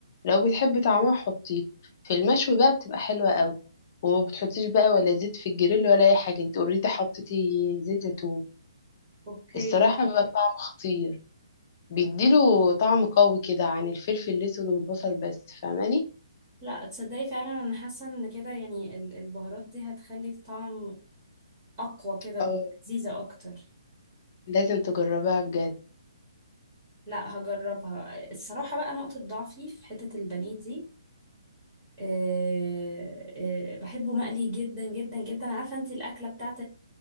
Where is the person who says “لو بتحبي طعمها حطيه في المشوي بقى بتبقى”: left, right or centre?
Left